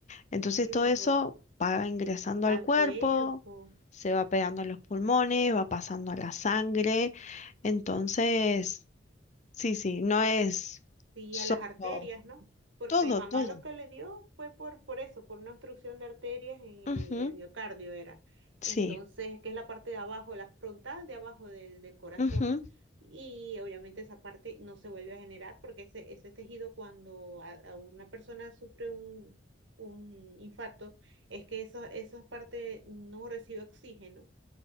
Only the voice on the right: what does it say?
qué
horror.
Al
cuerpo
y
a las arterias, ¿no? Porque
a mi mamá
lo que le dio fue por, por eso, por una obstrucción de arterias en el,
el miocardio era.
Entonces, que es la parte de abajo, la frontal de abajo del, del corazón.
Y obviamente esa parte no se vuelve a generar porque ese, ese tejido cuando a, a una persona sufre un, un infarto, es que esa, esa parte no recibe oxígeno